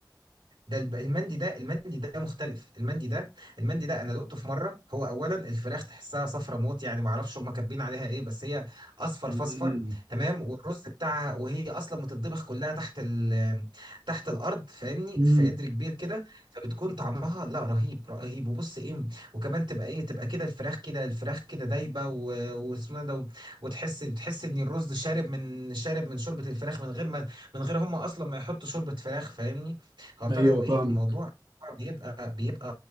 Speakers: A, on the right; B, on the right.
A: ده الب- المندي ده المندي ده مختلف المندي ده المندي ده انا دقته في مره هو اولا الفراخ تحسها صفرة موت يعني ما اعرفش هم كاتبين عليها ايه بس هي اصفر
B: مم.
A: فاصفر تمام والرز بتاعها وهي اصلا متطبخ كلها تحت ال تحت الارض فاهمني
B: مم.
A: في قدر كبير كده فبتكون طعمها لا رهيب رهيب وبص ايه وكمان تبقى ايه تبقى كده الفراخ كده الفراخ كده دايبه و- واسمه إيه ده وتحس بتحس ان الرز شارب من شارب من شوربه الفراخ من غير ما من غير هم اصلا ما يحطوا شوربه فراخ فاهمني فابتدى
B: ايوه
A: هو ايه
B: فاهمك
A: الموضوع بيبقى بيبقى